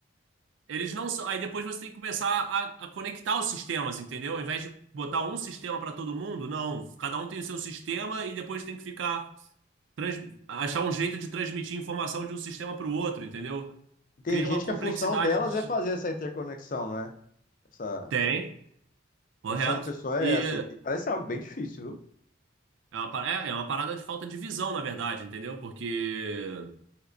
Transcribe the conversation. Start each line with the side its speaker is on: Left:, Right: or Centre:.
Right: Eles não são... Aí depois você tem que começar a, a conectar os sistemas, entendeu? Ao invés de botar um sistema para todo mundo, não. Cada um tem o seu sistema e depois tem que ficar trans... achar um jeito de transmitir informação de um sistema para o outro, entendeu?
Left: Tem
Right: Cria
Left: gente
Right: uma complexidade
Left: que a função delas
Right: de...
Left: é fazer essa interconexão, né? Essa
Right: Tem, correto.
Left: função da pessoa
Right: E
Left: é essa. E Parece algo bem difícil, viu?
Right: É uma, pa- é, é uma parada de falta de visão, na verdade, entendeu? Porque